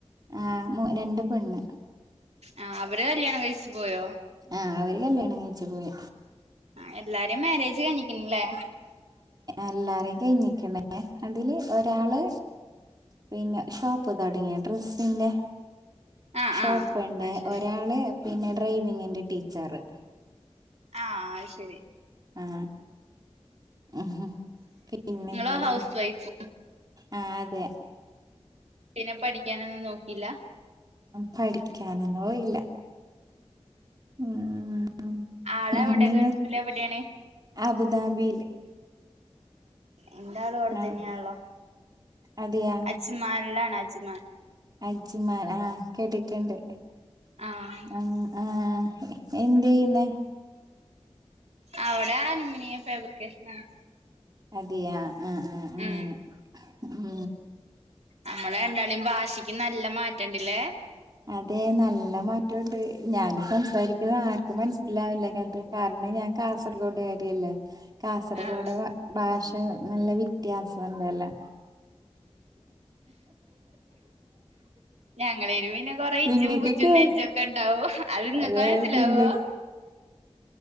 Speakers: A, on the right; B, on the right.
A: ആ രണ്ട് പെണ്ണ്
B: ആ അവിടെ കല്യാണ കൈച് പോയോ
A: ആഹ് അവര് കല്യാണം കഴിച്ചു പോയി
B: ആ എല്ലാരും മാരേജ് കാണിക്കണില്ലേ
A: എല്ലാരും കഴിഞ്ഞിക്കണേ അതില് ഒരാള് പിന്നെ ഷോപ്പ് തുടങ്ങിയ ഡ്രസ്സിന്റെ
B: ആഹ്
A: ഷോപ്പ്
B: ആഹ്
A: പ്ണ്ട്
B: അത് ശരി
A: ഒരാള് പിന്നെ ഡ്രൈവിങ്ങിന്റെ ടീച്ചറ്
B: ആ ശരി
A: ആ ഉം പിന്നെ
B: നിങ്ങള്
A: എന്തല്ലേ
B: ഹൗസ് വൈഫ്
A: ആ അതെ
B: പിന്നെ പഠിക്കാനൊന്നും നോക്കിയില്ല
A: പഠിക്കാനൊന്നും ഇല്ല ഉം
B: ആളെ അവിടെ
A: നിങ്ങ
B: ഗൾഫില് എവിടെയാണ്
A: അബുദാബിയില്
B: എൻ്റാളും അവിടെത്തന്നെയാണല്ലോ
A: ആഹ് അതെയാ
B: അജ്മാൻല്ലാണ് അജ്മാൻ
A: അജ്മാൻ ആ കേട്ടിട്ടുണ്ട്
B: ആഹ്
A: അം ആ എന്തെയ്ന്നെ
B: അവിടെ ആനിമിനിയം ഫാബ്രിക്കേഷനാണ്
A: അതെയാ ആ ആ അങ്ങനെ
B: ഉം
A: ഉം
B: നമ്മളെ രണ്ടാൾടെയും ഭാഷക്ക് നല്ല മാറ്റുണ്ടില്ലേ
A: അതെ നല്ല മാറ്റൊണ്ട് ഞാന് സംസാരിക്കുന്ന ആർക്കും മനസിലാവില്ലേ ഏൻട്ര് കാരണം ഞാൻ കാസർഗോഡ് കാരിയല്ലേ കാസർഗോഡ്
B: ആഹ്
A: ഭാഷ റ്റ് നല്ല വിത്യാസം ഉണ്ടല്ലേ
B: ഞങ്ങള് പെരുവിനെ കൊറെയ്
A: നിങ്ങക്ക്
B: ജിമ്പുജ്
A: കേ
B: ജിന്നേജക്കേണ്ടാവോ അത്ങ്ങക്ക്
A: അതെ
B: മൻസ്സിലാവോ
A: നിങ്ങ